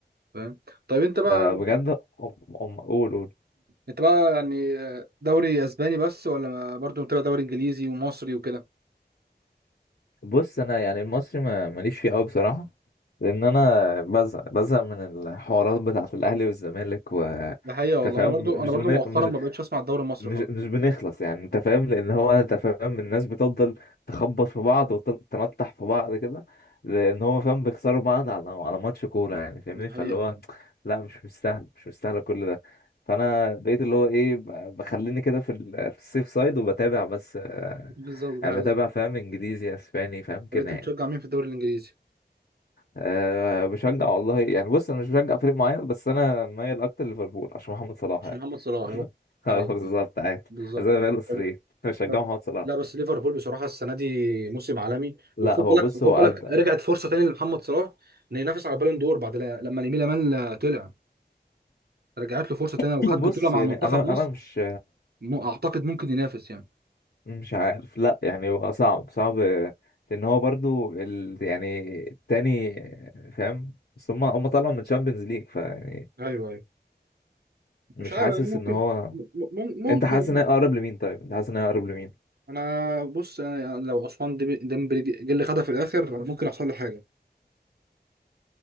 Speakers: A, on the right (about 65°); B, on the left (about 60°).
A: فاهم طيب انت
B: فبجد
A: بقى
B: هم هم- قول قول
A: انت بقى يعني آه، دوري اسباني بس ولا برضو متابع دوري انجليزي ومصري وكده
B: بص انا يعني المصري ما- ماليش فيه قوي بصراحه لان انا بزهق بزهق من الحوارات بتاعه الاهلي والزمالك و
A: ده حقيقه والله
B: أنت فاهم
A: انا برضو
B: مش
A: انا برضو
B: بن...
A: مؤخرا
B: مش
A: ما بقتش اسمع الدوري المصري
B: مش
A: خالص
B: مش بنخلص يعني انت فاهم لان هو انت فاهم الناس بتفضل تخبط في بعض وتنطح في بعض كده لان هو فاهم بيخسروا بعض على على ماتش كوره يعني فاهمني
A: ده
B: فاللي
A: حقيقه
B: هو لا مش مستاهل مش مستاهل كل ده فانا بقيت اللي هو ايه ب- بخليني كده في ال- في السيف سايد وبتابع بس آه،
A: بالظبط
B: يعني
A: ده حقيقة
B: بتابع فاهم انجليزي اسباني فاهم كده
A: طب انت
B: يعني
A: بتشجع مين في الدوري الانجليزي؟
B: أه بشجع والله يعني بص انا مش بشجع فريق معين بس انا مايل اكتر ليفربول عشان محمد صلاح
A: مش
B: يعني
A: محمد صلاح
B: <laughs>
A: هو
B: اه
A: ايوه
B: بالظبط عادي
A: بالظبط
B: زي ما بقول اسري
A: طب-
B: بشجع
A: طب-
B: محمد صلاح
A: لا بس ليفربول بصراحه السنه دي موسم عالمي
B: لا
A: وخد
B: هو
A: بالك
B: بص
A: خد
B: هو
A: بالك
B: قال ده
A: رجعت فرصه تاني لمحمد صلاح انه ينافس على بالون دور بعد لا- لما لامين يامال طلع رجعت له فرصه
B: <clears throat>
A: تانيه وخد
B: <laughs> بص
A: بطوله مع
B: يعني
A: منتخب
B: انا
A: مصر
B: انا مش
A: م- اعتقد ممكن ينافس يعني
B: مش عارف لا يعني هو صعب صعب لان هو برضو ال يعني التاني فاهم بس هم هم طلعوا من الشامبيونز ليج فيعني
A: ايوه ايوه
B: مش
A: مش عارف
B: حاسس
A: يعني ممكن
B: ان هو
A: م- م- ممكن
B: انت حاسس ان هي اقرب لمين طيب انت حاسس ان هي اقرب لمين
A: انا بص انا لو عثمان ديمبلي جه اللي خدها في الاخر ممكن يحصل لي حاجة